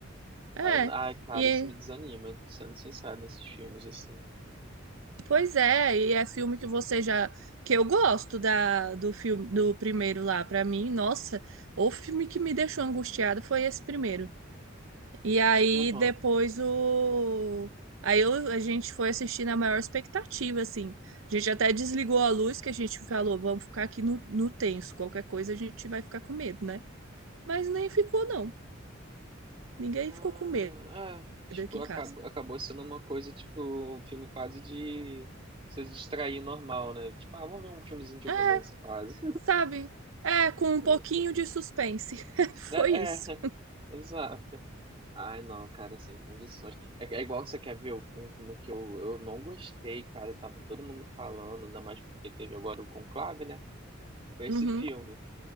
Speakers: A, on the right; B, on the right.
A: É,
B: Aí eu- Ai, cara,
A: e
B: isso me desanima, sendo sincero, nesses filmes, assim.
A: pois é, e é filme que você já que eu gosto da do filme do primeiro lá pra mim. Nossa, o filme que me deixou angustiado foi esse primeiro. E aí
B: Aham.
A: depois o aí eu, a gente foi assistir na maior expectativa assim. A gente até desligou a luz que a gente falou, vamos ficar aqui no, no tenso, qualquer coisa a gente vai ficar com medo, né? Mas nem ficou não. Ninguém
B: Ah,
A: ficou com medo
B: é, tipo,
A: aqui em
B: acabou,
A: casa.
B: acabou sendo uma coisa, tipo, um filme quase de você se distrair normal, né? Tipo, ah, vamos ver um filmezinho de
A: É,
B: romance quase.
A: sabe? É, com um
B: <laughs>
A: pouquinho de suspense. <laughs> Foi
B: É,
A: isso.
B: é. Exato. Ai, não, cara, sem condições. É, é igual você quer ver um filme que eu, eu não gostei, cara. Tava todo mundo falando, ainda mais porque teve agora o Conclave, né? Foi esse
A: Uhum,
B: filme.